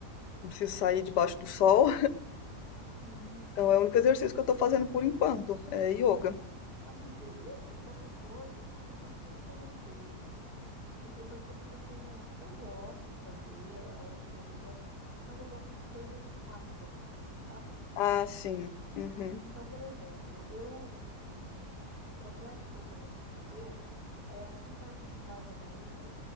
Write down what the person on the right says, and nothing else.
Sim, sim.
Amiga, e assim, qualquer coisa, porque o que que eu comecei, assim, eh, eu percebo que eu tenho, eu gosto de fazer, a hora que eu tô ali eu gosto, mas eu gosto de coisas rápidas, assim, sabe?
Então, por exemplo, eu, um- o trajeto que eu comecei a fazer é aqui perto de casa mesmo,